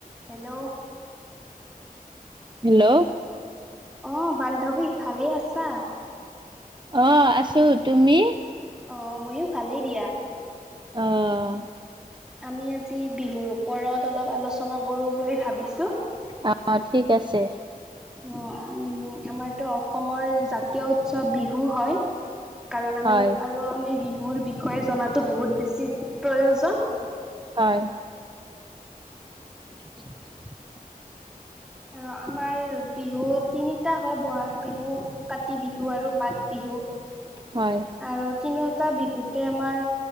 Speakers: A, in the centre; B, on the right.
A: Hello.
B: Hello.
A: অ বান্ধৱী ভালেই আছা?
B: অ আছো, তুমি?
A: অ ময়ো ভালেই দিয়া
B: অহ।
A: আমি আজি বিহুৰ ওপৰত অলপ আলোচনা কৰোঁ বুলি ভাবিছোঁ।
B: অ ঠিক আছে।
A: অ উম আমাৰতো অসমৰ জাতীয় উৎসৱ বিহু হয়। কাৰণ আমি
B: হয়
A: আৰু আমি বিহুৰ বিষয়ে জনাটো বহুত বেছি প্ৰয়োজন।
B: হয়। <inaudible>
A: আৰু আমাৰ বিহু তিনিটা হয় বহাগ বিহু- কাতি বিহু আৰু মাঘ বিহু।
B: হয়
A: আৰু তিনিওটা বিহুতে আমাৰ